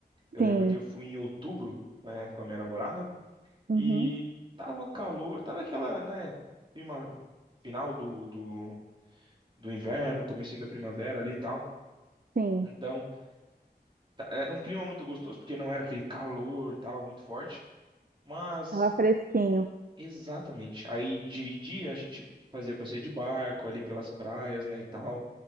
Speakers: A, on the right; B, on the right.
A: Eu
B: Sim,
A: lembro que eu fui em outubro, né, com a minha namorada
B: uhum.
A: e tava calor, tava aquela, né, prima- final do, do, do inverno, comecinho da primavera ali e tal.
B: Sim.
A: Então, tá- era um clima muito gostoso, porque não era aquele calor, tal, muito forte. Mas
B: Tava fresquinho.
A: Exatamente. Aí de dia a gente fazia passeio de barco ali pelas praias, né, e tal.